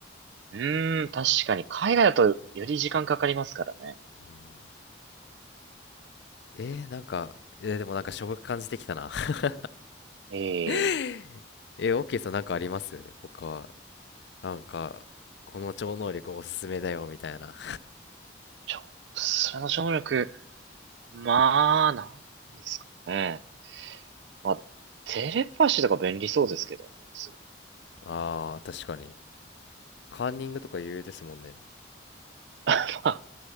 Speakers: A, on the right; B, on the left.
A: うーん、確かに、海外だとより時間かかりますからね。
B: うん。えー、なんか、えーでもなんかしょぼく感じてきたな <laughs>
A: え
B: えー、
A: え、
B: オーケーさんなんかあります他は、なんか、この超能力おすすめだよみたいな。
A: ちょ、それの省略力、まあ、なんですかね。まあ、テレパシーとか便利そうですけどね、すごく。
B: ああ、確かに。カンニングとか有用ですもんね。
A: <laughs> まあ、